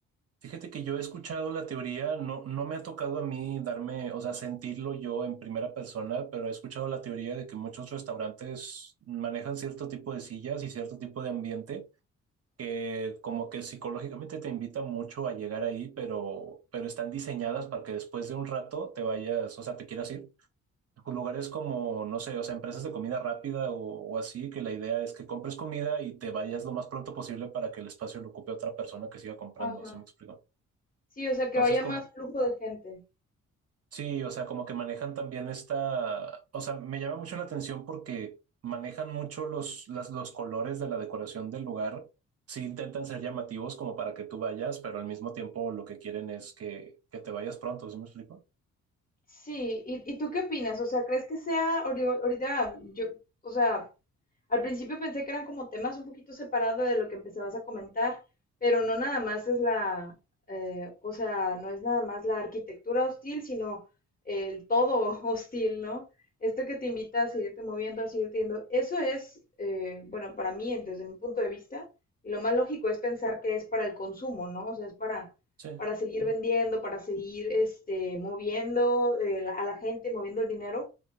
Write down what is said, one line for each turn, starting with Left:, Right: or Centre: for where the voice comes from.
Right: Fíjate que yo he escuchado la teoría, no, no me ha tocado a mí darme, o sea, sentirlo yo en primera persona, pero he escuchado la teoría de que muchos restaurantes manejan cierto tipo de sillas y cierto tipo de ambiente que como que psicológicamente te invita mucho a llegar ahí, pero, pero están diseñadas para que después de un rato te vayas, o sea, te quieras ir. lugares como, no sé, o sea, empresas de comida rápida o, o así, que la idea es que compres comida y te vayas lo más pronto posible para que el espacio lo ocupe otra persona que siga comprando,
Left: Ajá.
Right: ¿sí me explico?
Left: Sí, o sea,
Right: Entonces,
Left: que vaya
Right: como,
Left: más flujo de gente.
Right: sí, o sea, como que manejan también esta, o sea, me llama mucho la atención porque manejan mucho los, las, los colores de la decoración del lugar. Sí intentan ser llamativos como para que tú vayas, pero al mismo tiempo lo que quieren es que, que te vayas pronto, ¿sí me explico?
Left: Sí, ¿y, y tú qué opinas? O sea, ¿crees que sea ahori- ahorita yo, o sea, Al principio pensé que eran como temas un poquito separados de lo que empezabas a comentar, pero no nada más es la, eh, o sea, no es nada más la arquitectura hostil, sino el todo <laughs> hostil, ¿no? Esto que te invita a seguirte moviendo, a seguirte yendo, eso es, eh, bueno, para mí, desde mi punto de vista, y lo más lógico es pensar que es para el consumo, ¿no? O sea, es para,
Right: Sí.
Left: para seguir vendiendo, para seguir este, moviendo eh, la- a la gente, moviendo el dinero.